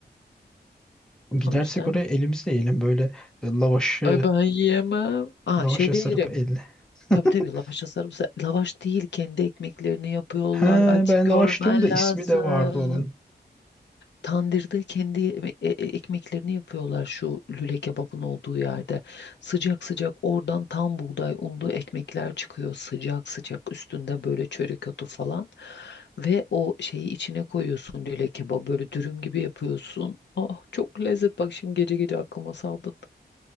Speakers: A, in the centre; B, on the left.
A: Gidersek
B: O yüzden
A: oraya elimizle yiyelim böyle e, lavaşı
B: Ay ben yiyemem. aa
A: lavaşa
B: şeyde
A: sarıp
B: yerim.
A: elle. <laughs>
B: Tabii tabii lavaşla sarımsak. Lavaş değil kendi ekmeklerini yapıyorlar.
A: He
B: Açı
A: ben
B: görmen
A: lavaş diyorum da ismi
B: lazım.
A: de vardı onun.
B: Tandırda kendi e- e- ekmeklerini yapıyorlar şu lüle kebabın olduğu yerde. Sıcak sıcak oradan tam buğday unlu ekmekler çıkıyor sıcak sıcak üstünde böyle çörek otu falan. Ve o şeyi içine koyuyorsun lüle kebabı böyle dürüm gibi yapıyorsun. Ah çok lezzet bak şimdi gece gece aklıma saldın.